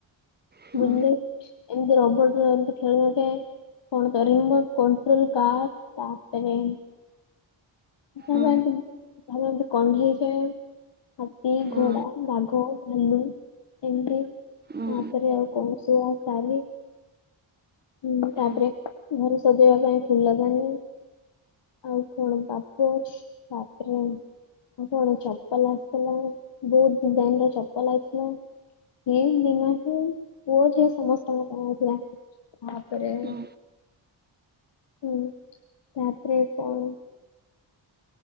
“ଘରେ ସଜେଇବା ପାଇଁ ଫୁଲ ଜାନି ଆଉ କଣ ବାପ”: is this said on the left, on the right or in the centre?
Left